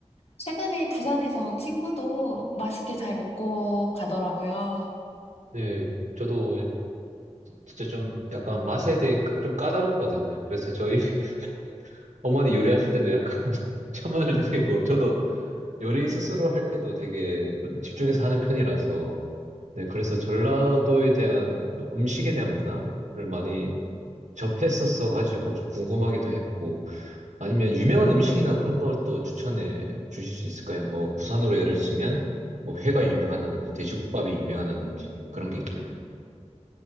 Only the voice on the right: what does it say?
네. 저도 지- 진짜 좀 약간 맛에 대해 까- 좀 까다롭거든요. 그래서 저희 <laughs> 어머니 요리하실 때도 약간 <laughs> 첨언을 드리고, 저도 요리 스스로 할 때도 되게 좀 집중해서 하는 편이라서, 네. 그래서 전라도에 대한 좀 음식에 대한 문화를 많이 접했었어 가지고 좀 궁금하기도 했고, 아니면 유명한 음식이나 그런 걸 또 추천해 주실 수 있을까요? 뭐 부산으로 예를 치면 뭐 회가 유명하다든지 돼지국밥이 유명하다든지
그런 게 있잖아요.